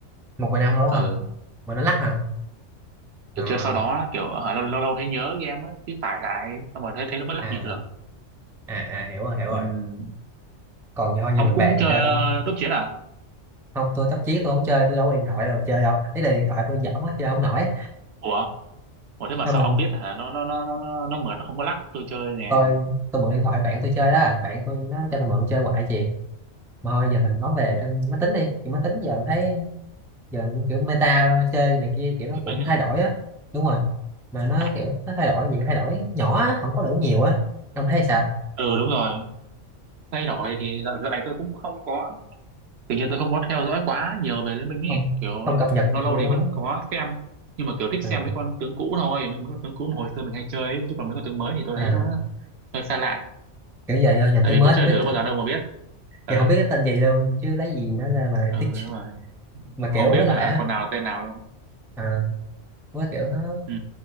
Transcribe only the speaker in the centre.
một vài năm luôn
á hả mà nó lắc hả à
à
à à hiểu rồi hiểu
rồi còn thôi
giờ mình
bàn
trên
không tôi tắt chiếc tôi không chơi tôi đâu có điện thoại đâu chơi đâu ý là điện thoại tôi dởm quá chơi không nổi
thôi
mình
tôi tôi mượn điện thoại bạn tôi chơi đó bạn tôi nó cho tôi mượn chơi hoài chị mà thôi giờ mình nói về trên máy tính đi kiểu máy tính giờ tôi thấy giờ kiểu meta chơi này kia kiểu nó cũng
thay
đổi á
đúng rồi mà nó
kiểu nó thay đổi gì cái thay đổi nhỏ á, không có đủ nhiều á ông thấy sao
không
không cập nhật này
kia
đúng
không
Ờ,
à,
kiểu giờ do nhìn
tướng
mới
không biết
kiểu
không biết cái tên gì đâu chứ lấy gì nó ra mà
thích
mà
kiểu
với lại
á
à, với kiểu nó